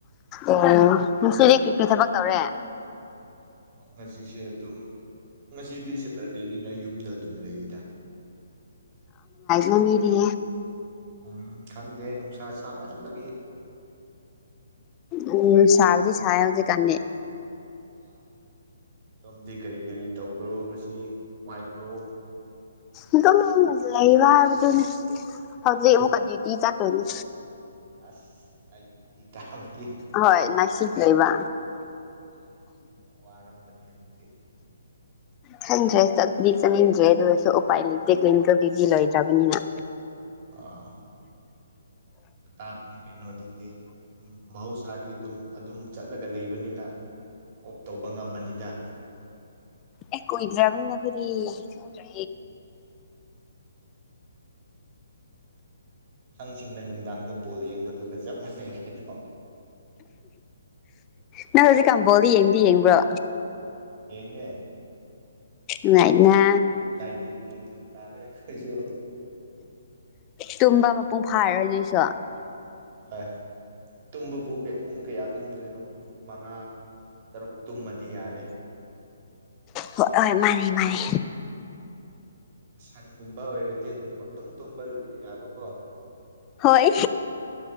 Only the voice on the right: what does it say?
ꯑꯣ ꯉꯁꯤꯁꯦ ꯑꯗꯨꯝ ꯉꯁꯤꯗꯤ ꯁꯦꯇꯔꯗꯦꯅꯤꯅ ꯌꯨꯝꯗ ꯑꯗꯨꯝ ꯂꯩꯌꯦꯗ
ꯎꯝ ꯈꯪꯗꯦ ꯅꯨꯡꯁꯥ ꯁꯥꯃꯟꯕꯒꯤ
ꯑꯥ ꯁꯣꯝꯗꯤ ꯀꯔꯤ ꯀꯔꯤ ꯇꯧꯕ꯭ꯔꯣ ꯉꯁꯤ ꯅꯨꯡꯉꯥꯏꯕ꯭ꯔꯣ
ꯑꯁ ꯅꯥꯏꯠ ꯗꯌꯨꯇꯤ ꯇꯥꯕꯗꯤ <unintelligible>
ꯑꯣ ꯋꯥꯔꯝꯃꯅꯤ <inaudible>
ꯑꯥ ꯇꯥꯕꯅꯤ ꯀꯩꯅꯣꯗꯨꯗꯤ ꯑꯗꯨꯝ ꯃꯍꯧꯁꯥꯒꯤ ꯑꯗꯨꯝ ꯑꯗꯨꯝ ꯆꯠꯂꯒ ꯂꯩꯕꯅꯤꯅ ꯀꯣꯞ ꯇꯧꯕ ꯉꯃꯕꯅꯤꯗ
ꯄꯈꯪꯁꯤꯡꯅ ꯅꯨꯡꯗꯥꯡꯗ ꯕꯣꯜ ꯌꯦꯡꯕꯗꯨꯒ ꯆꯞ ꯃꯥꯟꯅꯩ ꯀꯩꯅꯣ
ꯌꯦꯡꯉꯦ
ꯅꯥꯏꯠ ꯗ꯭ꯌꯨꯇꯤ ꯑꯗꯨꯝ ꯇꯥꯔꯦ ꯑꯩꯈꯣꯏꯁꯨ
<unintelligible> ꯇꯨꯝꯕꯕꯨ ꯄꯨꯡ ꯀꯌꯥ ꯇꯨꯝꯗꯣꯏꯅꯣ ꯄꯨꯡ ꯃꯉꯥ ꯇꯔꯨꯛ ꯇꯨꯝꯃꯗꯤ ꯌꯥꯔꯦ
ꯁꯟꯒꯨꯝꯕ ꯑꯣꯏꯔꯗꯤ ꯑꯗꯨꯝ ꯄꯪꯇꯨꯝ ꯇꯨꯝꯕ ꯌꯥꯕꯀꯣ